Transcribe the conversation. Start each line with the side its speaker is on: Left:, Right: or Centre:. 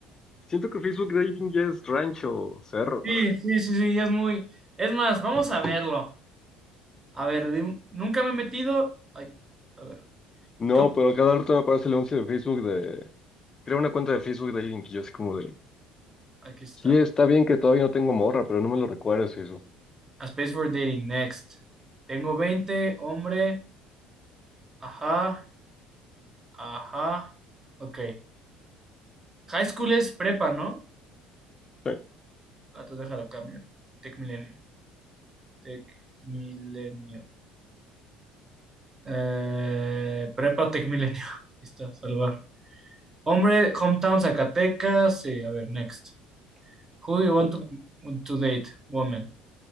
Left: Siento que Facebook Dating ya es rancho, cerro.
Right: Sí, sí, sí, sí, es muy... Es más, vamos a verlo. A ver, di un- nunca me he metido... Ay, a ver,
Left: No,
Right: ¿qué op-
Left: pero cada rato me aparece el anuncio de Facebook de Creo una cuenta de Facebook de alguien que yo así como de,
Right: Aquí está.
Left: sí, está bien que todavía no tengo morra, pero no me lo recuerdes eso.
Right: A Space for Dating, next. Tengo 20 hombre. Ajá, ajá. Ok. High school es prepa, ¿no?
Left: Sí,
Right: Ah, te dejar a cambio. Tech Milenio. Tech Milenio. Eh, prepa Tech Milenio. <laughs> Listo, salvar. Hombre, hometown Zacatecas. Sí, a ver, next. Who do you want
Left: ¿no?
Right: to, to date? Woman.